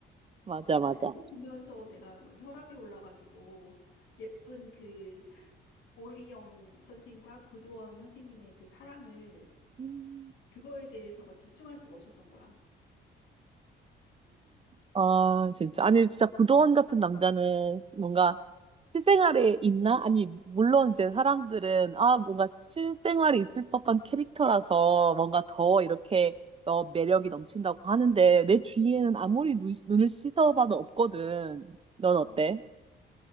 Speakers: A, on the right (about 30°); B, on the left (about 85°).
A: 맞아, 맞아.
B: 근데 그거 보면서 내가 막 혈압이 올라가지고 예쁜 그 오이영 선생과 구도원 선생님의 그 사랑을
A: <laughs>
B: 그거에 대해서 막 집중할 수가 없었던 거야.
A: 아, 진짜. 아니, 진짜 구도원 같은 남자는 뭔가 실생활에 있나? 아니, 물론 이제 사람들은, 아, 뭔가 실생활에 있을 법한 캐릭터라서 뭔가 더 이렇게 어, 매력이 넘친다고 하는데, 내 주위에는 아무리 눈, 눈을 씻어봐도 없거든. 넌 어때?
B: 응.